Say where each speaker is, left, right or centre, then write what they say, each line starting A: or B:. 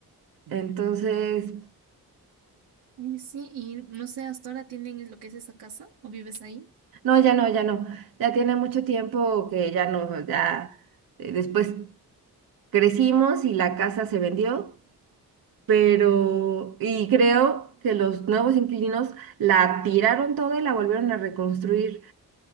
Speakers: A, on the right (about 65°); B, on the right (about 80°).
A: Entonces,
B: Y sí, y no sé, ¿hasta ahora tienen lo que es esa casa? ¿O vives ahí?
A: no, ya no, ya no. Ya tiene mucho tiempo que ya no, ya eh, después crecimos y la casa se vendió, pero, y creo que los nuevos inquilinos la tiraron toda y la volvieron a reconstruir.